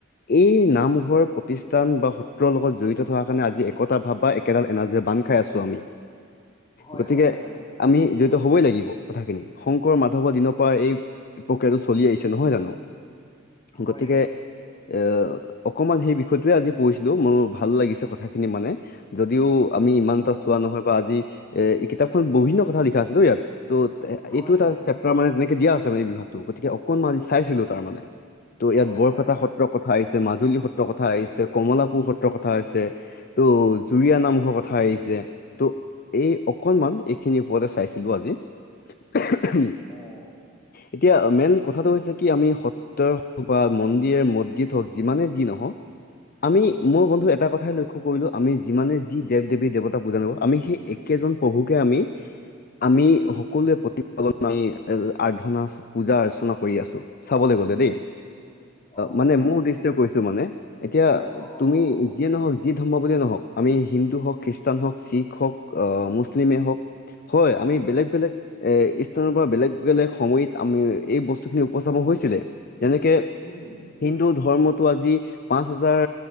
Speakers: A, on the left; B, on the left.
A: এই নামঘৰ প্ৰতিষ্ঠান বা সত্ৰৰ লগত জড়িত থকাৰ কাৰণে আজি একতা ভাৱ বা একেডাল এনাৰজিৰে বান্ধ খাইছো আমি।
B: <inaudible> হয়
A: গতিকে
B: হয় হয়
A: আমি জড়িত হ'বই লাগিব কথাখিনি শংকৰ মাধৱৰ দিনৰ পৰা এই প্ৰক্ৰিয়াটো চলি আহিছে নহয় জানো
B: হয়
A: গতিকে এ অকমান সেই বিষয়টোৱে আজি পঢ়িছিলো মোৰ ভাল লাগিছে কথাখিনি মানে যদিও আমি ইমান এটা
B: অ
A: চোৱা নহয় বা আজি এ এই কিতাপখন বিভিন্ন কথা লিখা আছেটো ইয়াত ত'
B: হয়
A: এইটো এটা
B: হয়
A: চেপ্তাৰ মানে তেনেকে দিয়া আছে মানে এই বিভাগটো গতিকে অকনমান আজি চাইছিলো তাৰ মানে ত' ইয়াত
B: হয়
A: বৰপেটা
B: হয় হয়
A: সত্ৰৰ কথা আহিছে, মাজুলী সত্ৰৰ কথা আহিছে, কমলাপুৰ সত্ৰৰ কথা আহছে ত' জুৰিয়া নামঘৰ কথা আহিছে ত' এই অকনমান এইখিনি ওপযাচি চাইছিলো আজি <unintelligible>
B: অ
A: এতিয়া মেইন কথাটো হৈছে কি আমি স ত্ৰ বা মন্দিৰে মছজিদ হওক যিমানে যি নহওক আমি মোৰ
B: উম
A: বন্ধু এটা কথাই লক্ষ্য কৰিলোঁ আমি যিমানে যি দেৱ দেৱী দেৱতা পূজা নকৰো আমি সেই একেজন প্ৰভুকে আমি আমি সকলোৱে প্ৰতিপালন <unintelligible> আৰধনা আছে। পূজা -অৰ্চনা কৰি আছো চাবলে গলে দেই
B: উম উম অ
A: মানে
B: অ
A: -মানে মোৰ উদেশ্য তে, কৈছো মানে এতিয়া
B: অ অ
A: তুমি
B: অ
A: যিয়ে নহওক যি ধৰ্ম বুলিয়েই নহওক আমি হিন্দু হওক, খ্ৰীষ্টান হওক, শিখ হওক মুছলিমেই হওক। হয় আমি
B: উম
A: বেলেগ -বেলেগ এ ইষ্টেনৰ পৰা বেলেগ- বেলেগ সময়িত আমি- এই বস্তুখিনি উপস্থাপন হৈছিলে। যেনেকে
B: উম
A: হিন্দু ধৰ্মটো আজি পাঁচ হাজাৰ